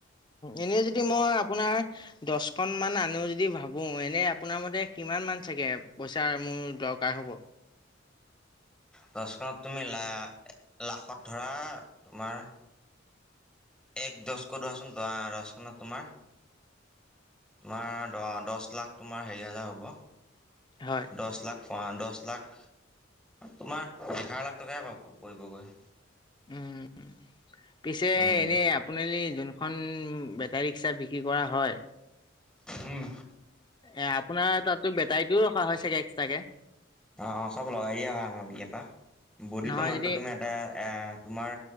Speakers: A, on the left (about 25°); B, in the centre.
A: এনেই যদি মই আপোনাৰ দছখনমান আনো যদি ভাবো এনেই আপোনাৰ মতে কিমান মান চাগে পইচা মোৰ দৰকাৰ হ'ব।
B: দছখনত তুমি লা লাখত ধৰা তোমাৰ এক দছকৈ ধৰাচোন দছখনত তোমাৰ তোমাৰ দ দছ লাখ তোমাৰ হেৰি হাজাৰ হ'ব
A: হয়
B: দছ লাখ অহ দছ লাখ তোমাৰ এঘাৰ লাখ টকাই পাব পৰিবগৈ।
A: উম, পিছে
B: উম।
A: এনেই আপুনি যোনখন বেটাৰী ৰিক্সা বিকি কৰা হয়।
B: উম।
A: এ আপোনাৰ তাতো বেটাৰীতটোও ৰখা হয় চাগে এক্সট্ৰাকে।
B: অ' অ' চ'ব লগাই দিয়া হয় আমাৰ ইয়াৰ পৰা। বডিটো
A: নহয়
B: মাত্ৰ
A: যদি
B: তুমি এটা এ তোমাৰ